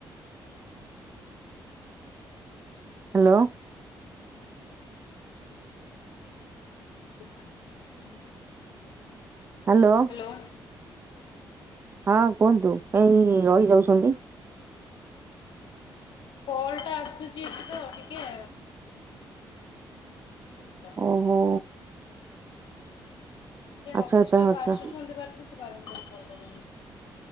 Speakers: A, on the right (about 30°); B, on the left (about 75°).
A: ହାଲୋ।
B: <unintelligible>
A: ହାଲୋ।
B: ହ୍ୟାଲୋ
A: ହଁ କୁହନ୍ତୁ। କାଇଁ ରହି ଯାଉଛନ୍ତି?
B: କଲଟା ଆସୁଛି <unintelligible> ତ ଟିକେ। ସେଥିପାଇଁକା ସେ
A: ଓହୋ।
B: ଜଣେ
A: ଆଚ୍ଛା
B: ଅଫିସ
A: ଆଚ୍ଛା
B: ଷ୍ଟାପ୍
A: ଆଚ୍ଛା
B: ଆସୁଛନ୍ତି ବାଟେରେ ସେ ବାର ବାର <unintelligible> କଲ କରୁଛନ୍ତି।